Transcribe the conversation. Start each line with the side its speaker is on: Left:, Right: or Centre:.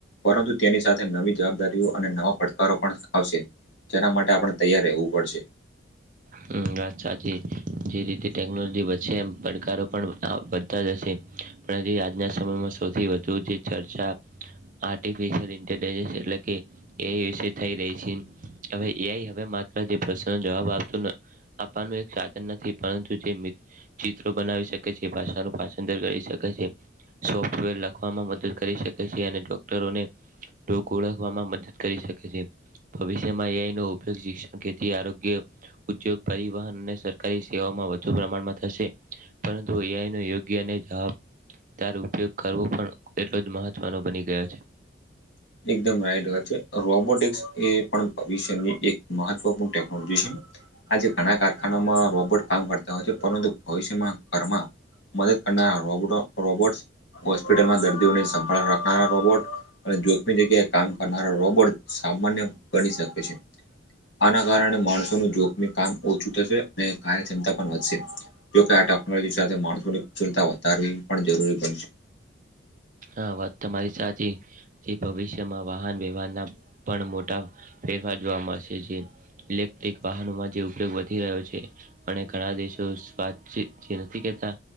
Left: પરંતુ તેની સાથે નવી જવાબદારીઓ અને નવા પડકારો પણ આવશે જેના માટે આપણે તૈયાર રહેવું પડશે
Right: હમ્મ વાત સાચી જે રીતે ટેકનોલોજી વધેશે એમ પડકારો પણ આ વધતા જશે પણ આજના સમયમાં સૌથી વધુ જે ચર્ચા આર્ટિફિશિયલ ઇન્ટેલિજન્સ એટલે <unintelligible> થયે રહી છે હવે એ આઈ હવે માત્ર <unintelligible> જવાબ આપ આપવાનું એક સાધન નથી પરંતુ જે મી ચિત્રો બનાવી શકે છે ભાષાનું પસન્દ્ર કરી શકે છે સોફ્ટવેર લખવામાં મદદ કરી શકે છે અને ડોક્ટરોને રોગ ઓળખવામાં મદદ કરી શકે છે ભવિષ્યમાં એ આઈ નો <unintelligible> ખેતી આરોગ્ય ઉદ્યોગ પરિવહન અને સરકારી સેવામાં વધુ પ્રમાણમાં થશે પરંતુ એ આઈ નો યોગ્ય અને જવાબ ત્યારે ઉપયોગ કરવો પણ એટલો જ મહત્વનો બની ગયો છે
Left: એકદમ રાઈટ વાત છે રોબોટિક્સ એ પણ ભવિષ્યની એક મહત્વપૂર્ણ ટેકનોલોજી છે આજે ઘણા કારખાનામાં રોબોટ કામ કરતા હોય છે પરંતુ ભવિષ્યમાં ઘરમાં મદદ કરના રોબોટો રોબોટ્સ હોસ્પિટલમાં દર્દીઓની સંભાળ રાખના રોબોટ અને <unintelligible> જગ્યાએ કામ કરનારા રોબોટ સામાન્ય બની શકે છે આના કારણે માણસોનું જોખમી કામ ઓછું થશે અને કાર્યક્ષમતા પણ વધશે જોકે આ ટેકનોલોજી સાથે માણસોની કુશળતા વધારવી પણ જરૂરી બનશે
Right: હા વાત તમારી સાચી જે ભવિષ્યમાં વાહન વ્યવહાર ના પણ મોટા ફેરફાર જોવા મળશે જે ઈ - એક વાહનોમાં જેવુ તેવું વધી રહ્યો છે અને ઘણા દેશો સ્વાચછ જે નથી કેતા